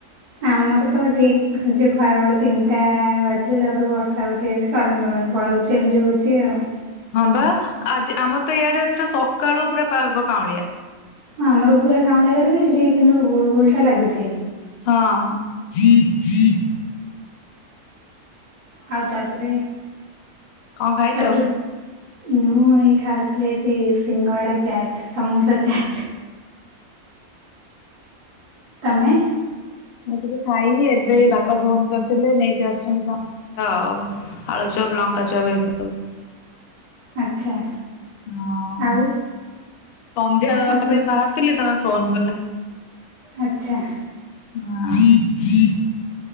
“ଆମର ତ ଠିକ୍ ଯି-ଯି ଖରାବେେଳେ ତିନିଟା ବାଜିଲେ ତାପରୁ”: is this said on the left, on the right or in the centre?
Right